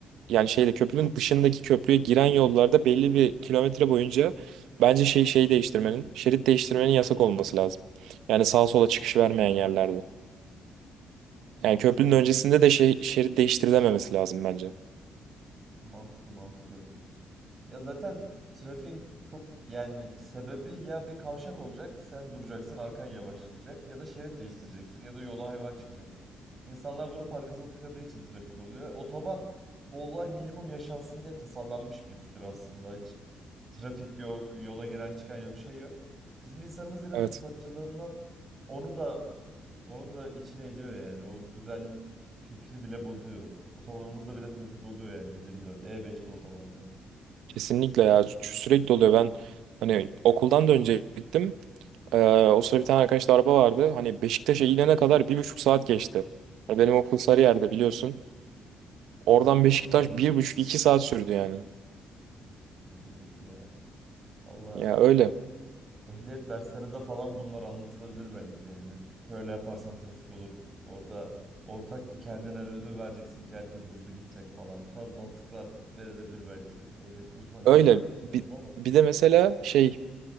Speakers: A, on the right; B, on the right.
A: yani şeyde köprünün dışındaki köprüye giren yollarda belli bir kilometre boyunca bence şey şey değiştirmenin, şerit değiştirmenin yasak olması lazım. Yani sağa sola çıkış vermeyen yerlerde.
B: Mantıklı.
A: Yani köprünün öncesinde de şey, şerit değiştirilememesi lazım bence.
B: Mantıklı mantıklı. Ya zaten trafiğin çok yani sebebi ya bir kavşak olacak, sen duracaksın, arkan yavaşlayacak ya da şerit değiştireceksin ya da yola hayvan çıkacak. İnsanlar durup arkasına tıkadığı için trafik oluyor. Otoban bu olay minimum yaşansın diye tasarlanmış bir fikir aslında. Hiç trafik yok, yola giren çıkan yok, şey yok. Bizim insanımız yine
A: Evet.
B: fırsatçılığından onu da onun da içine ediyor yani. O güzel fikri bile bozuyor. Otobanımızda bile trafik oluyor yani 7 dört e beşte otobanda.
A: Kesinlikle ya Sü- sürekli oluyor. Ben hani okuldan da önce gittim. Ee, o sıra bir tane arkadaşta araba vardı. Hani Beşiktaş'a inene kadar bir buçuk saat geçti. Ya Benim okul Sarıyer'de biliyorsun.
B: Yani
A: Oradan Beşiktaş
B: oradan
A: bir buçuk iki saat sürdü yani.
B: Rezillik ya. Valla
A: Ya öyle.
B: ehliyet derslerinde falan bunlar anlatılabilir belki. Yani böyle yaparsan trafik olur. Orada ortak bir kendinden ödül vereceksin ki herkes hızlı gidecek falan. Bu tarz mantıklar verilebilir belki. Ehliyet kursunda ne
A: Öyle.
B: anlatılıyor bilmiyorum
A: Bir,
B: ama.
A: bir de mesela şey